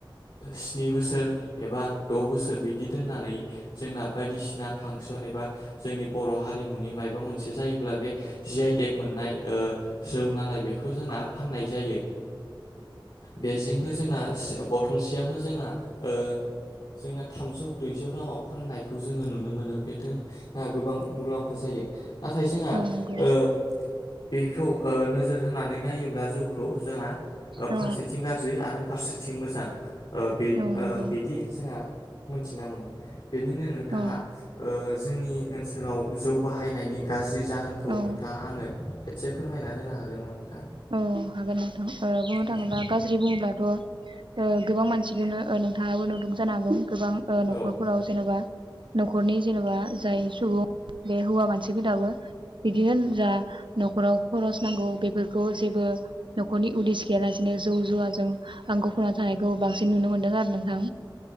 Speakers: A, on the left; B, on the right.
A: सि नि बोसोर एबा द' बोसोर बिदि दोननानै जोंना बायदिसिना फांसन एबा जोंनि बर' हारिमुनि मायबा मोनसे जायोब्ला बे जि आइ टेक मोननाय ओ जौ नालाय बेखौ जोंना फाननाय जायो बेजोंनो जोंना सेयाव बथलसेयावनो जोंना ओ जोंना थामजौ ब्रैजौ राङाव फाननाय खौ जोङो नुनो मोनो बेथों ओ गोबां मुलाम्फा जायो। नाथाय जोंहा
B: औ औ नंगौ
A: ओ बेखौ ओ नोजोर होनानै नायोब्ला जौखौ जोंहा ओ
B: औ
A: फारसेथिं गाज्रि आरो फारसेथिं मोजां। ओ बे
B: नंगौ
A: ओ बिदि जोंहा मोनथिना मोना बेनिनो नोंथाङा
B: औ
A: ओ जोंनि ओनसोलाव जौ बाहायनायनि गाज्रि जाहोनखौ
B: औ
A: नोंथाङा आंनो एसे फोरमायना होनो हागोन नामा नोंथां?
B: औ हागोन नोंथां ओ बुंनो थाङोब्ला
A: औ
B: गाज्रि बुङोबाथ' ओ गोबां मानसिखोनो ओ नोंथाङाबो नुदुं जानो हागौ गोबां ओ न'खरफोराव
A: औ
B: जेनेबा न'खरनि जेनेबा जाय सुबुं बे हौवा मानसिफोराबो बिदिनो जा न'खराव खरस नांगौ बेबो खौ जेबो न'खरनि उदिेस गैयालासेनो जौ जुवाजों आं गफना थानायखौ बांसिन नुनो मोन्दों। आरो नोंथां